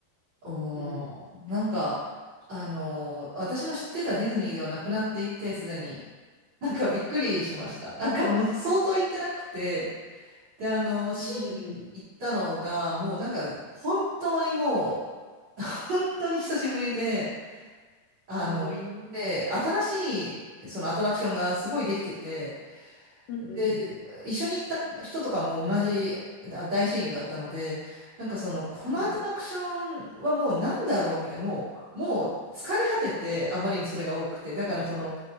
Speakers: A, on the right (about 60°); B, on the left (about 75°).
A: おー、
B: うん。
A: なんか、
B: そう。
A: あのー私の知ってたディズニーではなくなっていて、すでに。なんかびっくりしました。なんかもう相当行ってなくて、で、あの、シー行ったのが、
B: うん、うん、
A: もうなんか、本当にもう、<laughs> 本当に久しぶりで、あの、
B: うん。
A: 行って、新しい、そのアトラクションがすごいできてて、
B: うん、
A: で、
B: うん、うん、うん。
A: 一緒に行った人とかも同じあ大親友だったので、なんかその、このアトラクションはもうなんだろうみたいな、
B: うん
A: もう、もう疲れ果てて、あまりにそれが多くて、だからその、